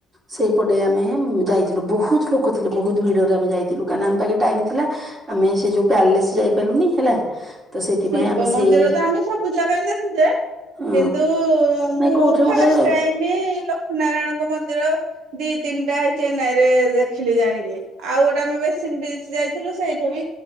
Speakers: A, on the right; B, on the right.
A: ସେଇପଟେ ଆମେ ଯାଇଥିଲୁ ବହୁତ ଲୋକ ଥିଲେ ବହୁତ ଭିଡରେ ଆମେ ଯାଇଥିଲୁ କାଁନା ଆମ ପାଖେ ଟାଇମ ଥିଲା। ଆମେ ସେ ଯୋଉ ପ୍ୟାଲେସ ଯାଇପାରିଲୁନି ହେଲା। ତ ସେଇଥିପାଇଁ
B: ଶିବ
A: ଆମେ ସେଇ
B: ମନ୍ଦିର ତ ଆମେ ସବୁ ଜାଗାରେ ଦେଖୁଛେ
A: ଅ
B: କିନ୍ତୁ
A: ନାଇଁ
B: ମୁଁ
A: କୋଉଠି
B: ଫାର୍ଷ୍ଟ
A: ଗୋଟେ
B: ଟାଇମ୍ ନାରାୟଣଙ୍କ ମନ୍ଦିର ଦି ତିନିଟା ହେଇ ଚେନ୍ନାଇ ରେ ଦେଖିଲି ଜାଣିକି ଆଉ ଗୋଟେ ଆମେ ବେଶିନି ବିଚ୍ ଯାଇ ଥିଲ ସେଇଠା ବି